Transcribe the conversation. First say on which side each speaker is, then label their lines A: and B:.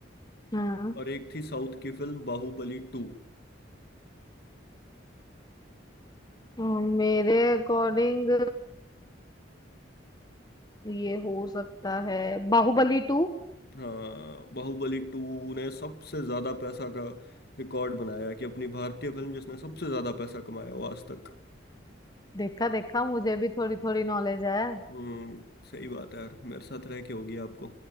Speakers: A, on the left (about 20°); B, on the left (about 55°).
A: हाँ
B: और एक थी साउथ की फिल्म बाहुबली टू
A: और मेरे अकॉर्डिंग ये हो सकता है बाहुबली टू
B: हाँ बाहुबली टू ने सबसे ज्यादा पैसा का रिकॉर्ड बनाया कि अपनी भारतीय फिल्म जिसने सबसे ज्यादा पैसा कमाया हो आज तक
A: देखा देखा मुझे भी थोड़ी थोड़ी नॉलेज है
B: हम्म सही बात है यार मेरे साथ रह के होगी आपको